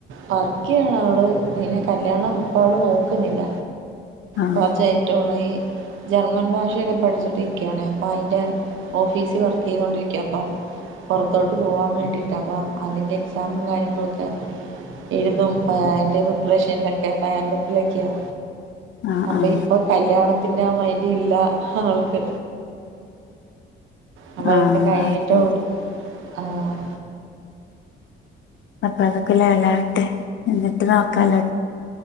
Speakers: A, on the right (about 85°); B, on the left (about 70°).
A: വർക്ക് ചെയ്യാണ് അവള് പിന്നെ കല്യാണം ഇപ്പോ അവള് നോക്കുന്നില്ല
B: ആഹ്
A: കുറച്ച് കഴിഞ്ഞിട്ട് ഓള് ജർമ്മൻ ഭാഷയൊക്കെ പഠിച്ചിട്ടിരിക്കുകയാണേ അപ്പൊ അതിന്റെ ഓഫീസിൽ വർക്ക് ചെയ്തോണ്ടിരിക്ക അപ്പം പുറത്തോട്ട് പോവാൻ വേണ്ടിയിട്ടാ അപ്പം അതിന്റെ എക്സാമും കാര്യങ്ങളുമൊക്കെ എഴുതും അതിന്റെ പ്രിപ്പറേഷനിലൊക്കെ തയ്യാറെടുപ്പിലൊക്കെയാ
B: ആഹ്
A: അപ്പൊ
B: ആഹ്
A: ഇപ്പൊ കല്യാണത്തിന്റെ ആ മൈൻഡ് ഇല്ല അവൾക്ക് അപ്പോ അതൊക്കെ
B: ആഹ്
A: കഴിഞ്ഞിട്ടേ
B: അത് ശരി
A: ഉള്ളൂ ആഹ്
B: അപ്പൊ അതൊക്കെ ലവലാവട്ടെ എന്നിട്ട് നോക്കാലോ